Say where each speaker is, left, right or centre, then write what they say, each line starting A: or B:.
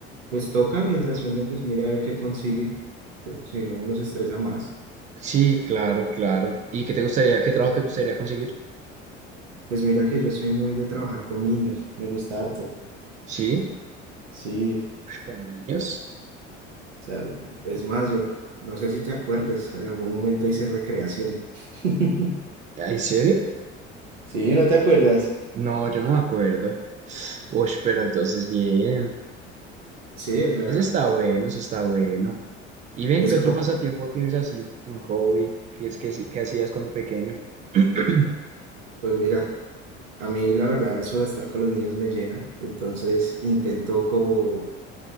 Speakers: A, on the right; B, on the right.
A: Pues toca mientras uno pues mira a ver qué consigue, pues, si no uno se estresa más.
B: Sí, claro, claro. ¿Y qué te gustaría, qué trabajo te gustaría conseguir?
A: Pues mira que yo soy muy de trabajar con niños, me gusta harto,
B: Sí.
A: sí.
B: Ush, ¿Con niños?
A: O sea,
B: Sí.
A: es más, yo no sé si te acuerdes, en algún momento hice recreación. <laughs>
B: ¿En serio?
A: Sí, ¿no te acuerdas?
B: No, yo no me acuerdo. Uy, pero entonces bien.
A: Sí, o sea,
B: Eso está bueno, eso está bueno. Y ven,
A: es
B: ¿qué
A: como,
B: otro pasatiempo tienes así? Un hobby. ¿Qué es que sí, que hacías cuando pequeño? <clears throat>
A: pues mira, a mí la verdad eso de estar con los niños me llena, entonces intento como,